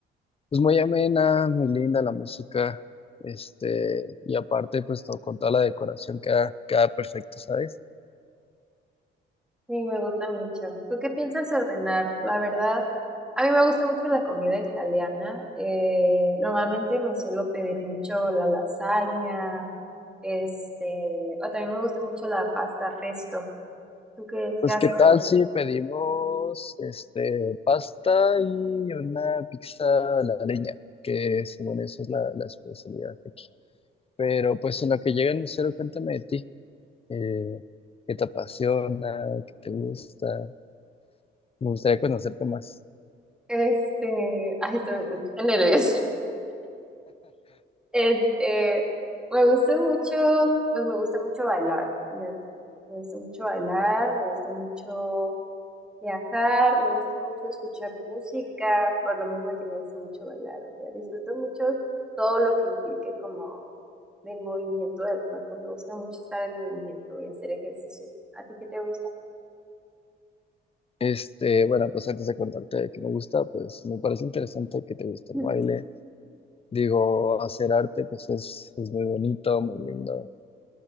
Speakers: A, on the left; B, in the centre.
A: pues muy amena, muy linda la música, este, y aparte, pues to- con toda la decoración queda, queda perfecto, ¿sabes?
B: Sí, me gusta mucho. ¿Tú qué piensas ordenar? La verdad, a mí me gusta mucho la comida italiana. Eh, normalmente me suelo pedir mucho la lasaña, este, o también me gusta mucho la pasta resto. ¿Tú qué,
A: Pues,
B: qué haces?
A: ¿qué tal
B: Claro.
A: si pedimos, este, pasta y una pizza a la leña? Que según eso es la, la especialidad de aquí. Pero, pues, en lo que llega el mesero, cuéntame de ti, eh, ¿qué te apasiona? ¿Qué te gusta? Me gustaría conocerte más.
B: Este, ay, estoy me puse nerviosa. Este, me gusta mucho, pues me gusta mucho bailar. fíjate. Me gusta mucho bailar, me gusta mucho. viajar, me gusta mucho escuchar música, por lo mismo de que me gusta mucho bailar, o sea, disfruto mucho todo lo que implique como del movimiento del cuerpo, me gusta mucho estar en movimiento y hacer ejercicio. ¿A ti qué te gusta?
A: Este, bueno, pues antes de contarte qué me gusta, pues me parece interesante que te guste el
B: Mm,
A: baile Digo, hacer arte pues es, es muy bonito, muy lindo